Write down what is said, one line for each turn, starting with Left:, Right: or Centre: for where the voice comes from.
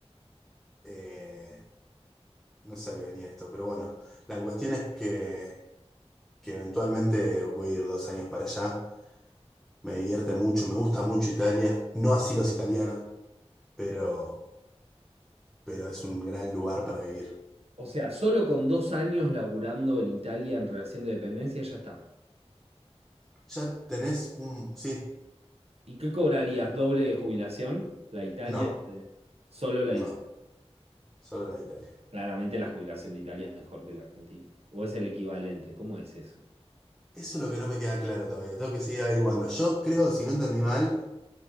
Centre: Eh, no sé a qué venía esto, pero bueno, la cuestión es que, que eventualmente voy a ir dos años para allá. Me divierte mucho, me gusta mucho Italia. No así los italianos, pero, pero es un gran lugar para vivir.
Right: O sea, solo con dos años laburando en Italia en relación de dependencia ya está.
Centre: ¿Ya tenés un...? Sí,
Right: ¿Y qué cobrarías? ¿Doble de jubilación? La Italia,
Centre: no,
Right: y la de- solo la
Centre: no,
Right: de Italia.
Centre: solo la de Italia.
Right: Claramente la jubilación de Italia es mejor que la Argentina. ¿O es el equivalente? ¿Cómo es eso?
Centre: Eso es lo que no me queda claro todavía. Tengo que seguir averiguando. Yo creo, si no entendí mal,